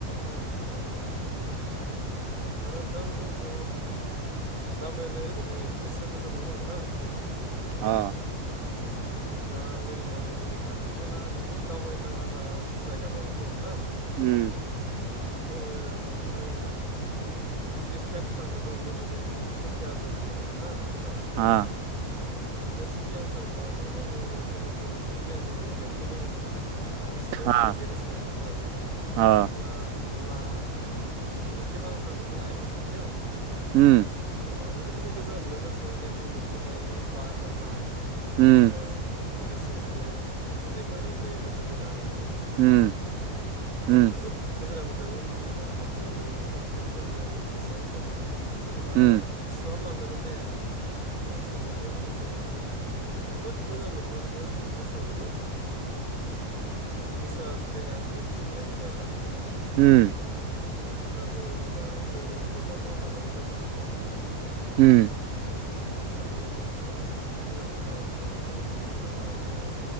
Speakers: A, on the right (about 85°); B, on the right (about 75°).
A: औ नोंथां औ। दा नोंथां जोंथ' दावबायनाय ओरैबायदि गोसो गोजोन नङा होनबा नोंथां?
B: आ
A: ओं दा जेनेबा नै जोंनि खाथि खाला जोबोद दावबायनो लागा जागा जायगा दं नङा होमबा नोंथां?
B: उम
A: जोङो आं जि केब थांदोंमोन जोंनि बे नै सकि हाजोआव थांदोंमोन हा नोंथां।
B: हा
A: अ बे सुखिय हाजो थांबाथ' जोङो जोंनिसेबा सुखि हाजोनि गेजेर गो ओ जों सिङाव
B: हा
A: थांनानै गेलेनाय सिङाव हाबो
B: अ
A: अब्ला अब्ला गिबि खेब आं थांदोंमोन नलाय बे सुखियाव
B: उम
A: अब्ला आङो ओरैबायदि गोजोन मोनदों गोसोखौ बिदि बे मिथिंगानि बार बारनाय
B: उम
A: आरो लोगोसे बे दैमानि दै बोहैबोनाय खोलो खोलो
B: उम
A: आं
B: उम
A: जोबोद गोजोननाय मोन्दोंमोन जेब्ला दैनि सदोब खौ खोनानानै आङो गोसोआ एकदम मानो बा
B: उम
A: सुहाबलांदोंमोन देहाया ना सुहाबनायजों लोगोसे आं जोबोद मोजां मोनदों जोबोद गोसोआव जोबोद गोसोआ देहाया जोबोद सुग्लैनाय फैदों आरो।
B: उम
A: जेब्ला जोङो होमबानिया जोङो जमा जमा थांदोंमोन लोगोफोरदों।
B: उम
A: अब्ला जोङो जोबोद मोजां मोनदों आरो नोंथां आरो सिङाव थांनानै जोङो